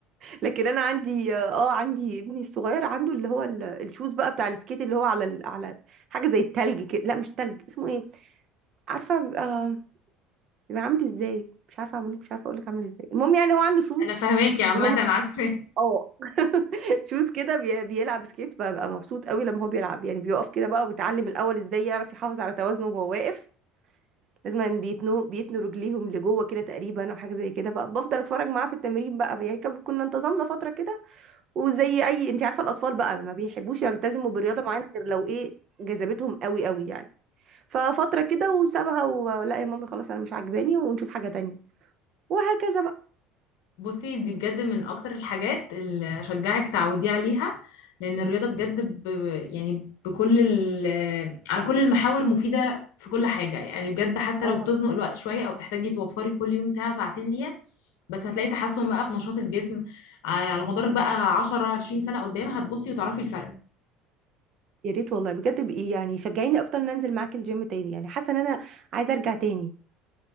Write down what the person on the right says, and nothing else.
لكن انا عندي اه عندي ابني الصغير عنده اللي هو ال- الشوز بقى بتاع السكيت اللي هو على ال... على حاجة زي التلج كده لا مش تلج اسمه ايه عارفة بيبقى بيبقى عامل ازاي مش عارفة اعمله مش عارفة اقولك عامل ازاي المهم يعني هو عنده
شوز
اللي هم
اه شوز كده بي- بيلعب سكيت ببقى مبسوط قوي لما هو بيلعب يعني بيقف كده بقى وبيتعلم الاول ازاي يعرف يحافظ على توازنه وهو واقف لازم بيتنوا بيتنوا رجليهم لجوه كده تقريبا او حاجه زي كده بقى بفضل اتفرج معاه في التمرين بقى يعني كان- كنا انتظمنا فتره كده وزي اي انت عارفه الاطفال بقى ما بيحبوش يلتزموا برياضه معينه غير لو ايه جذبتهم قوي قوي يعني ففتره كده وسابها ولا يا ماما خلاص انا مش عاجباني ونشوف حاجه تانية وهكذا بقى
اه
طبعا
يا ريت والله بجد بقى يعني شجعيني اكتر ان انزل معاك الجيم تاني يعني حاسه ان انا عايزه ارجع تاني